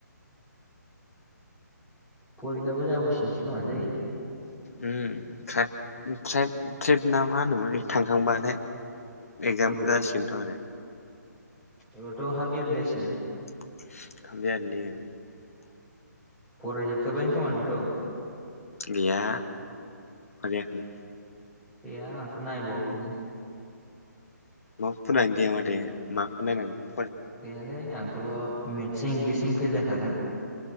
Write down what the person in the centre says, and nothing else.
परिखायाबो जाबावसिगोनसो खोमालै।
औ
एबारथ' हाफ यारलि जासिगोन
फरायजोबखाबायानो खोमा नोंथ'?
गैया आंहाथ' नायबावाखैनो।
गैयालै आंथ' मेथ्स इंलिसजों फेल जाखागोन।